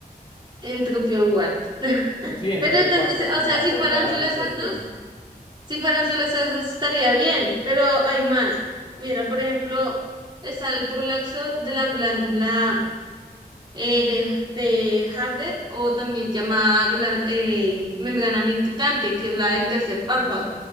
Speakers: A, on the right; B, on the left.
A: Entropión Wharton. <laughs>
B: Sí, Entropión
A: Pero entonces,
B: Walter.
A: o
B: Y
A: sea,
B: te acordarás
A: si fueran solo
B: después,
A: esas dos,
B: Jones,
A: Si fueran solo esas dos estaría bien, pero hay más. Mira, por ejemplo, está el prolaxo de la glándula eh, de, de Harder o también llamada glá- eh, membrana nictitante, que es la del tercer párpado.